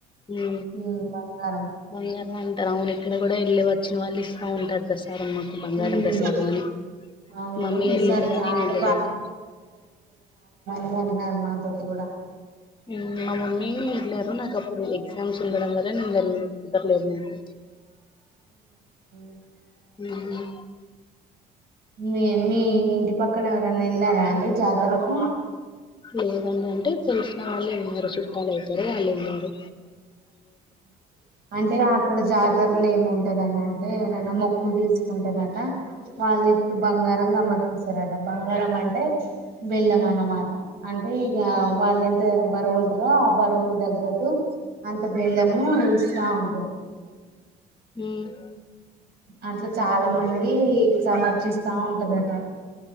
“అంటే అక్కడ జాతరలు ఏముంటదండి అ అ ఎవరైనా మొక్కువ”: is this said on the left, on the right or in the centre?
Right